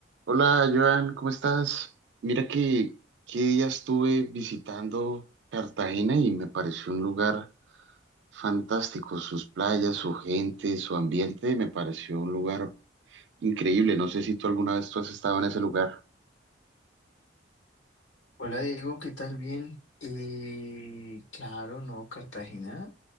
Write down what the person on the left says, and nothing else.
Hola Diego, ¿qué tal? Bien. Eh, claro, no, Cartagena